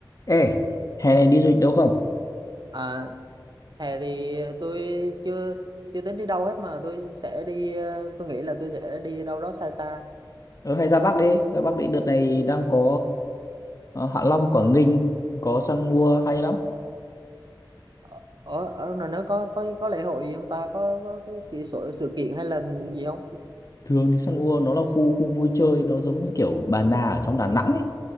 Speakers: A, on the left; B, on the right.
A: Ê, hè này đi du lịch đâu không?
B: À, hè thì tôi chưa chưa tính đi đâu hết mà tôi sẽ đi ờ, tôi nghĩ là tôi sẽ đi đâu đó xa xa
A: Ờ, hay ra Bắc đi, ra Bắc đi. Đợt này đang có ờ, Hạ Long, Quảng Ninh, có săn mua hay lắm.
B: ở ở ở ngoài nó có có có lễ hội gì không ta có có cái, cái sự, sự kiện hay là gì không
A: Thường thì săn mua nó là khu khu vui chơi, nó giống như kiểu Bà Nà ở trong Đà Nẵng ấy.